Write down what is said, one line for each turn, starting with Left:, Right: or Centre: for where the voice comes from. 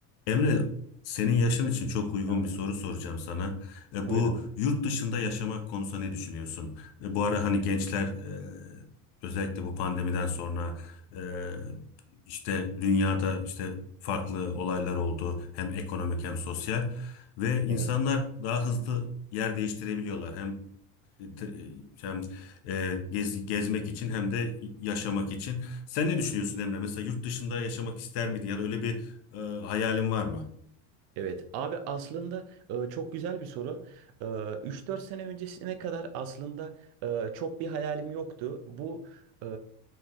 Left: Emre, senin yaşın için çok uygun
Right: Tamam.
Left: bir soru soracağım sana. E,
Right: Buyurun
Left: bu
Right: abi.
Left: yurt dışında yaşamak konusunda ne düşünüyorsun? E, bu ara hani gençler e, özellikle bu pandemiden sonra e, işte dünyada işte farklı olaylar oldu. Hem ekonomik hem sosyal ve insanlar
Right: Evet.
Left: daha hızlı yer değiştirebiliyorlar. Hem te- hem e, gez- gezmek için hem de yaşamak için. Sen ne düşünüyorsun Emre? Mesela yurt dışında yaşamak ister miydin? Ya da öyle bir e, hayalin var mı?
Right: Evet abi aslında e, çok güzel bir soru. E, 3-4 sene öncesine kadar aslında e, çok bir hayalim yoktu. Bu e,